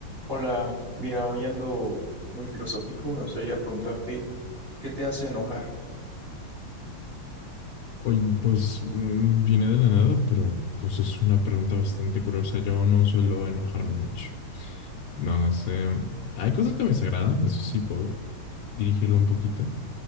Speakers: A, on the right; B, on the left.
A: Hola, mira, hoy ando muy filosófico, me gustaría preguntarte, ¿qué te hace enojar?
B: Oye, pues mm, viene de la nada, pero pues es una pregunta bastante curiosa. Yo no suelo enojarme mucho. No sé, hay cosas que me desagradan, eso sí puedo dirigirlo un poquito.